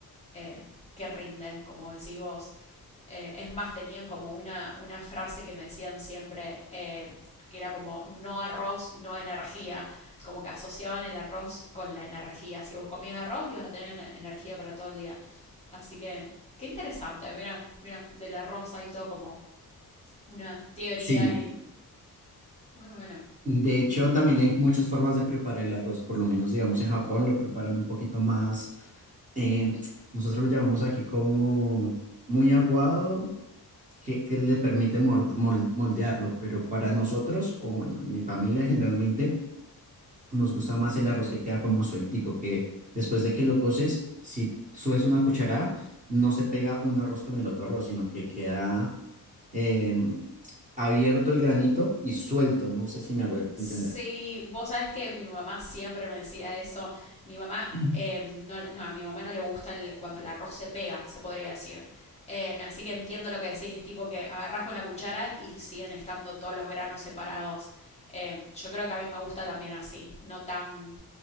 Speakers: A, on the left; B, on the right.
A: eh, que rinde, como decís vos. Eh, es más, tenían como una, una frase que me decían siempre, eh, que era como no arroz, no energía, como que asociaban el arroz con la energía. Si vos comías arroz, ibas a tener energía para todo el día. Así que, qué interesante, mira, mira, del arroz hay todo como una teoría
B: sí.
A: ahí. Muy bueno.
B: De hecho, también hay muchas formas de preparar el arroz. Por lo menos, digamos, en Japón lo preparan un poquito más eh, nosotros lo llamamos aquí como muy aguado, que, que le permite mord- mol- moldearlo, pero para nosotros, o bueno, en mi familia generalmente, nos gusta más el arroz que queda como sueltico, que después de que lo coces, si subes una cucharada, no se pega un arroz con el otro arroz, sino que queda em, abierto el granito y suelto, no sé si me hago
A: Sí,
B: entender.
A: vos sabes que mi mamá siempre me decía eso. Mi mamá,
B: <clears throat>
A: eh, no, no, a mi mamá no le gusta el- cuando el arroz se pega, se podría decir. Eh, así que entiendo lo que decís, es tipo que agarrás con la cuchara y siguen estando todos los granos separados. Eh, yo creo que a mí me gusta también así, no tan...